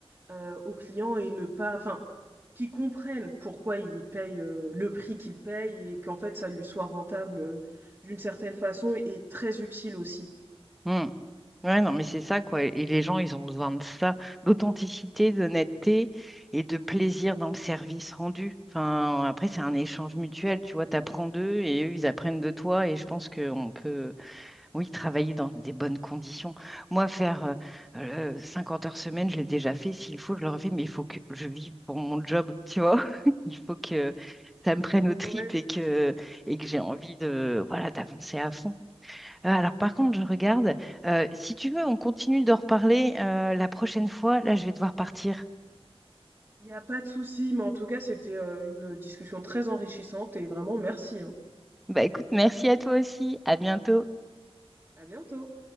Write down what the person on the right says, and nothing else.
euh, au client et ne pas, enfin, qu'il comprennent pourquoi il paye euh, le prix qu'il paye et qu'en fait ça lui soit rentable euh, d'une certaine façon et très utile aussi.
Ouais,
oui,
je comprends.
Il n'y a pas de souci, mais en tout cas, c'était euh, une discussion très enrichissante et vraiment merci, hein.
À bientôt.